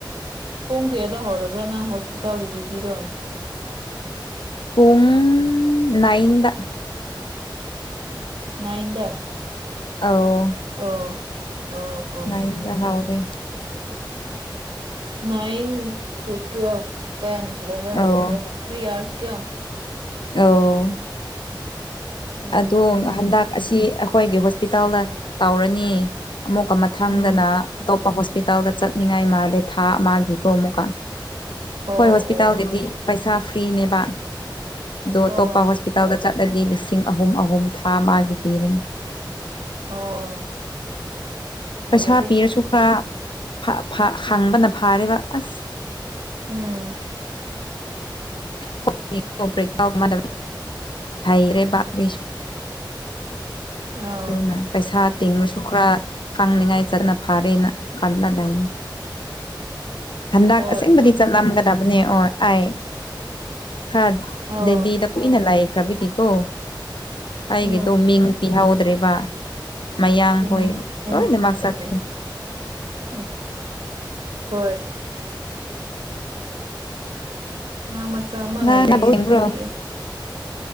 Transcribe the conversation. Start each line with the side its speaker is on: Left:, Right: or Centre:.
Right: ꯄꯨꯡ ꯀꯌꯥꯗ ꯍꯧꯔꯕ꯭ꯔꯥ ꯅꯪ ꯍꯣꯁꯄꯤꯇꯥꯜꯒꯤ ꯗ꯭ꯌꯨꯏ ꯇꯤꯗꯣ
Left: ꯄꯨꯡ ꯅꯥꯏꯟꯗ
Right: ꯅꯥꯏꯟꯗ
Left: ꯑꯧ
Right: ꯑꫭ ꯑꫭ ꯑꯣ
Left: ꯅꯥꯏꯟꯗ ꯍꯧꯔꯦ
Right: ꯅꯏꯟ ꯇꯨ ꯇꯨꯋ ꯇꯦꯟ ꯏꯂꯚꯦꯟ
Left: ꯑꯧ
Right: ꯀ ꯊ꯭ꯔꯤ ꯑꯔꯁ ꯀꯌꯥ꯫
Left: ꯑꯣ
Right: ꯎꯝ
Left: ꯑꯗꯣ
Right: ꯐꯩꯅꯦ
Left: ꯍꯟꯗꯛ ꯑꯁꯤ ꯑꯩꯈꯣꯏꯒꯤ ꯍꯣꯁꯄꯤꯇꯥꯜꯗ ꯇꯧꯔꯅꯤ ꯑꯃꯨꯛ ꯑꯃ ꯊꯪꯗꯅ
Right: ꯎꯝ
Left: ꯑꯇꯣꯞꯄ ꯍꯣꯁꯄꯤꯇꯥꯜꯗ ꯆꯠꯅꯤꯡꯉꯥꯏ ꯃꯥꯂꯦꯊꯥ ꯃꯥꯒꯤꯀꯣ ꯑꯃꯨꯛꯀ
Right: ꯑꯣ
Left: ꯍꯣꯏ ꯍꯣꯁꯄꯤꯇꯥꯜꯒꯤꯗꯤ
Right: ꯑꯣ
Left: ꯄꯩꯁꯥ ꯐ꯭ꯔꯤꯅꯦꯕ ꯑꯗꯣ
Right: ꯑꯣ
Left: ꯑꯇꯣꯞꯄ ꯍꯣꯄꯤ ꯍꯇꯗ ꯆꯠꯂꯗꯤ ꯂꯤꯁꯤꯡ ꯑꯍꯨꯝ ꯑꯍꯨꯝ ꯊꯥ ꯃꯥꯒꯤ ꯄꯤꯔꯅꯤ
Right: ꯑꯣ ꯑꯣ
Left: ꯄꯩꯁꯥ
Right: ꯂꯣꯏꯔꯦ
Left: ꯄꯤꯔꯁꯨ ꯈꯔ ꯍꯥꯡꯕꯅ ꯐꯥꯔꯦꯕ ꯑꯁ
Right: ꯎꯝ
Left: ꯥꯎ ꯍꯣꯏ <unintelligible>
Right: ꯑ
Left: ꯑꯗꯨꯅ ꯄꯩꯁꯥ ꯇꯤꯡꯉꯁꯨ ꯈꯔ ꯈꯪꯅꯤꯡꯉꯥꯏ ꯆꯠꯅ ꯐꯔꯦꯅ ꯈꯜꯂꯗꯥꯏꯅꯤ
Right: <inaudible>
Left: ꯍꯟꯗꯛ
Right: ꯍꯣꯏ
Left: ꯑꯁꯦꯡꯕꯗꯤ
Right: ꯍꯣꯏ
Left: ꯆꯠꯂꯝꯒꯗꯕꯅꯦ ꯑꯣ ꯑꯩ ꯈꯔ
Right: ꯑꯥ
Left: ꯗꯦꯗꯤꯗ ꯀꯨꯏꯅ ꯂꯥꯏꯈ꯭ꯔꯕꯒꯤꯀꯣ ꯑꯩꯒꯤꯗꯣ
Right: ꯎꯝ
Left: ꯃꯤꯡ ꯄꯤꯍꯧꯗ꯭ꯔꯦꯕ ꯃꯌꯥꯡꯈꯣꯏ
Right: ꯆꯨꯝꯃꯦ ꯑꯩꯅ
Left: ꯂꯣꯏꯅꯃꯛ
Right: ꯆꯠꯇꯕꯒꯤ
Left: ꯆꯠꯈ꯭ꯔꯦ
Right: ꯎꯝ ꯍꯣꯏ ꯑꯉꯥꯡ ꯃꯆꯥ ꯑꯃꯒ
Left: ꯅꯪ
Right: ꯂꯩꯌꯦ ꯉꯁꯤꯗꯤ
Left: ꯌꯦꯡꯕ꯭ꯔꯣ
Right: ꯑꯦ